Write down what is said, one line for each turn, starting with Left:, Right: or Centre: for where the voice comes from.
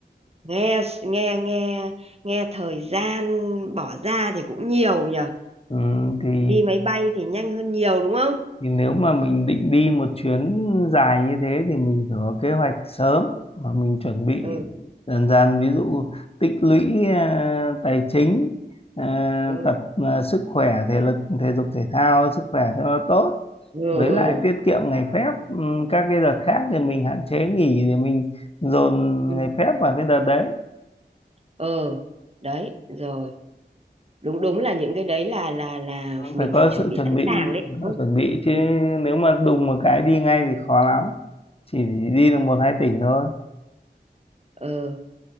Right: nghe nghe nghe nghe thời gian bỏ ra thì cũng nhiều nhở.
Left: ừ, thì
Right: Đi máy bay thì nhanh hơn nhiều đúng không?
Left: thì nếu mà mình định đi một chuyến dài như thế thì mình phải có kế hoạch sớm mà mình chuẩn bị
Right: Ừ
Left: dần dần ví dụ tích lũy à, tài chính à,
Right: ừ
Left: tập à, sức khỏe thể lực thể dục thể thao sức khỏe cho nó tốt
Right: ừ
Left: với
Right: ừ.
Left: lại tiết kiệm ngày phép Ừm, các cái đợt khác thì mình hạn chế nghỉ để mình dồn
Right: Ừ.
Left: ngày phép vào cái đợt đấy
Right: Ừ. Đấy, rồi. đúng đúng là những cái đấy là là là mình
Left: phải có
Right: phải chuẩn
Left: sự
Right: bị
Left: chuẩn
Right: sẵn
Left: bị
Right: sàng đấy ừ.
Left: phải chuẩn bị chứ
Right: Ừ.
Left: nếu mà đùng một cái đi ngay thì khó lắm chỉ đi được một hai tỉnh thôi
Right: Ờ,